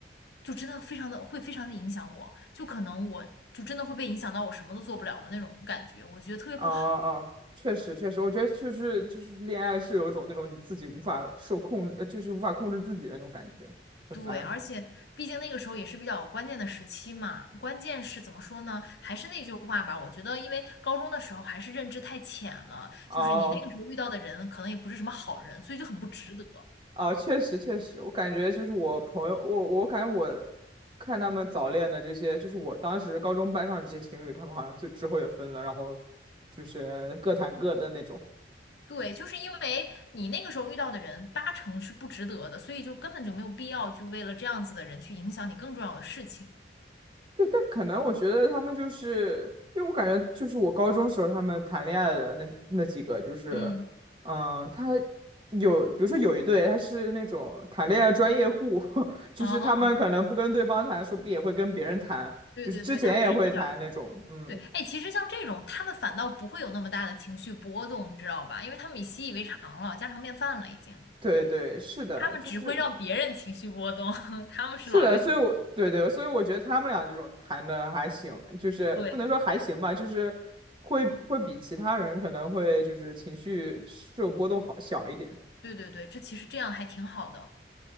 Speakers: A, on the left; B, on the right.
A: 就真的非常的会非常的影响我，就可能我就真的会被影响到我什么都做不了的那种感觉，我觉得特别不好。
B: 啊、啊、确实确实，我觉得就是就是恋爱是有一种那种你自己无法受控，呃就是无法控制自己的那种感觉，很烦。
A: 对，而且毕竟那个时候也是比较关键的时期嘛，关键是怎么说呢？还是那句话吧，我觉得因为高中的时候还是认知太浅了，
B: 哦
A: 就是你那个时候遇到的人可能也不是什么好人，所以就很不值得。
B: 啊，确实确实，我感觉就是我朋友，我我感觉我看他们早恋的这些，就是我当时高中班上这些情侣，他们好像就之后也分了，然后就是各谈各的那种。
A: 对，就是因为你那个时候遇到的人八成是不值得的，所以就根本就没有必要就为了这样子的人去影响你更重要的事情。
B: 对，但可能我觉得他们就是，因为我感觉就是我高中时候他们谈恋爱的那那几个，就是，
A: 嗯，
B: 嗯，他有，比如说有一对他是那种谈恋爱专业户，<laughs> 就是他们可能不跟对方谈，
A: 哦，
B: 说不定也会跟别人谈，
A: 对对对，
B: 就是之前也会谈那种，
A: 他们只想找个人。
B: 嗯。
A: 对，哎，其实像这种，他们反倒不会有那么大的情绪波动，你知道吧？因为他们已习以为常了，家常便饭了已经。
B: 对对，是的，
A: 他们只会让别人情绪波动，
B: 就是
A: <laughs> 他们是老油条。
B: 是的，所以我对对，所以我觉得他们俩这种谈的还行，就是不能说还行吧，
A: 对，
B: 就是会会比其他人可能会就是情绪受波动好小一点。
A: 对对对，这其实这样还挺好的。